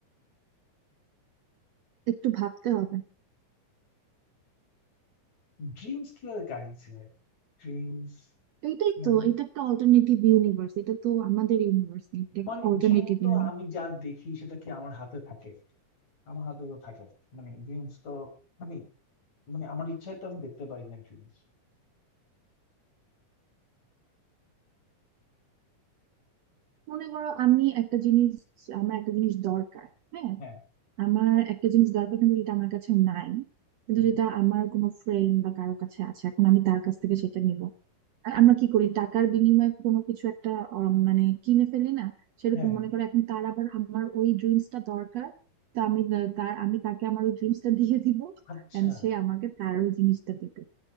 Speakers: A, on the right; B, on the left.
A: একটু ভাবতে হবে
B: ড্রিমস কিভাবে কারেন্সি হয় ড্রিমস
A: এটাই
B: মানে
A: তো এটা একটা অল্টারনেটিভ ইউনিভার্স এটা তো আমাদের ইউনিভার্স না এটা
B: মানে
A: অল্টারনেটিভ
B: ড্রিম তো
A: ইউনিভার্স
B: আমি যা দেখি সেটা কি আমার হাতে থাকে আমার হাতে তো থাকে না মানে ড্রিমস তো মানে মানে আমার ইচ্ছায় তো আমি দেখতে পারি না ড্রিমস
A: মনে করো আমি একটা জিনিস আমার একটা জিনিস দরকার হ্যাঁ
B: হ্যাঁ
A: আমার একটা জিনিস দরকার কিন্তু এটা আমার কাছে নাই কিন্তু
B: উম,
A: যেটা আমার কোনো ফ্রেন্ড বা কারো কাছে আছে এখন আমি তার কাছ থেকে সেটা নিব আর আমরা কি করি টাকার বিনিময়ে কোনো কিছু একটা আম, মানে কিনে ফেলি না সেরকম
B: হ্যাঁ হ্যাঁ।
A: মনে করো এখন তার আবার আমার ওই ড্রিমসটা দরকার তো আমি তা- তার আমি তাকে আমার ওই ড্রিমসটা দিয়ে দিব
B: আচ্ছা
A: এন্ড সে আমাকে তার ওই জিনিসটা দিবে